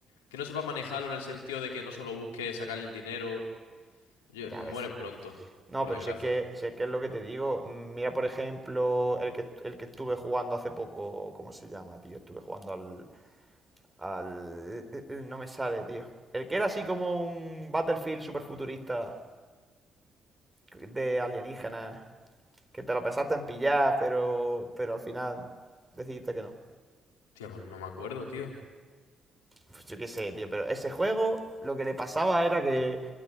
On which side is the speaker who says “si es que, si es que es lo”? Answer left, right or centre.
Right